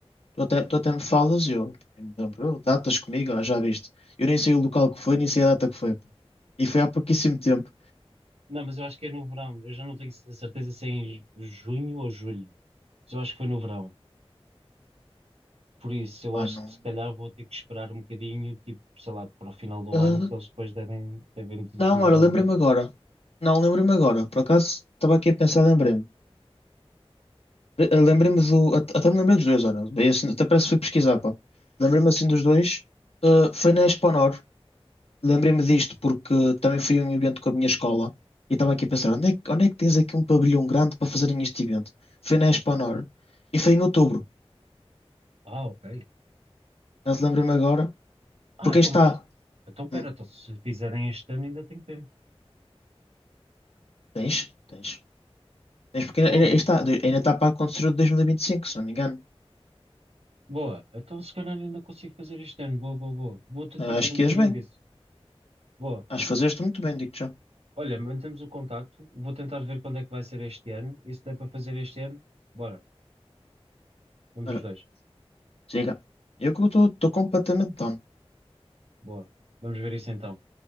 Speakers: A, on the left; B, on the right.
A: Tu até, tu até me falas e eu nem me lembro. "Oh, Datas comigo, ó, já viste. Eu nem sei o local que foi, nem sei a data que foi. pá. E foi há pouquíssimo tempo.
B: Não, mas eu acho que é no verão. Eu já não tenho certeza se é em junho ou julho. Mas eu acho que foi no verão. Por isso, eu
A: Ah,
B: acho
A: não.
B: que se calhar vou ter que esperar um bocadinho, tipo, sei lá, para o final do
A: Ah,
B: ano, que eles depois devem, devem di-
A: não,
B: dizer
A: ora,
B: alguma
A: lembrei-me
B: coisa.
A: agora. Não, lembrei-me agora. Por acaso, estava aqui a pensar, lembrei-me. Eh, eh, Lembrei-me do. at- Até me lembrei dos dois, ora. Bem, assim, até parece que fui pesquisar, pá. Lembrei-me assim dos dois. Ah, foi na Expo Honor. Lembrei-me disto porque também fui a um evento com a minha escola. E estava aqui a pensar, onde é, que- onde é que tens aqui um pavilhão grande para fazerem este evento? Foi na Expo Honor. E foi em outubro.
B: Ah, ok.
A: Já se lembra-me agora.
B: Ah,
A: Porque
B: então
A: aí está.
B: pera, então pera,
A: Hum,
B: então se fizerem este ano ainda tenho tempo.
A: tens, tens. Tens porque ainda,
B: Boa,
A: ainda- aí está, de- ainda está para acontecer o de 2025, se não me engano.
B: boa. Então se calhar ainda consigo fazer este ano. Boa, boa, boa. Vou tentar
A: Ah,
B: ver
A: Acho
B: um
A: que
B: bocadinho
A: és bem.
B: disso. Boa.
A: Acho que fazeste muito bem, digo-te já.
B: Olha, mantemos o contacto. Vou tentar ver quando é que vai ser este ano. E se der para fazer este ano, bora. Vamos
A: Olha,
B: os dois.
A: chega. Eu que estou completamente down.
B: Boa. Vamos ver isso então.